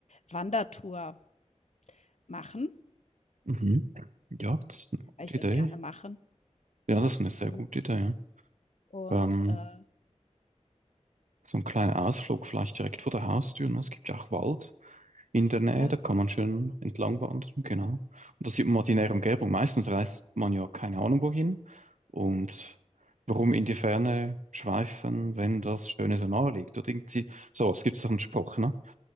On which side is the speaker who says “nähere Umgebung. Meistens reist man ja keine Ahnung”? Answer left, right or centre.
Right